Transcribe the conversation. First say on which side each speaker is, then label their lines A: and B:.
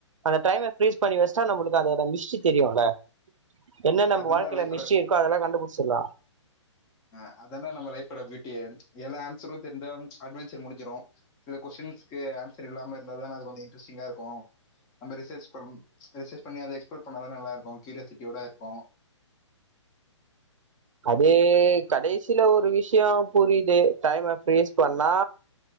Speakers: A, on the right (about 85°); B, on the left (about 25°).
A: அந்த டைம ஃப்ரீஸ் பண்ணி வச்டா நம்முளுக்கு அதோட மிஸ்ட்ரி தெரியுல என்ன நம்ப
B: அதான்டா
A: வாழ்க்கைல
B: லைஃபோட
A: மிஸ்ட்ரி இருக்கோ அதெல்லா கண்டுபுடிச்சிட்லா
B: ஆ அதான நம்ம லைஃபோட பியூட்டியே எல்லா ஆன்சரு தெரிஞ்சா அட்வென்ச்சர் முடிஞ்சுரு சில கொஷின்ஸ்கு ஆன்சர் இல்லாம இருந்தா தான அது கொஞ்சோ இன்ட்ரஸ்டிங்கா இருக்கு நம்ப ரிசர்ச் பண் ரிசர்ச் பண்ணி அத எக்ஸ்ப்ளோர் பண்ணாதா நல்ல இருக்கு கியூரியாசிட்டியோட இருக்கு
A: அதே கடைசில ஒரு விஷ்யோ புரிது டைம ஃப்ரீஸ் பண்ணா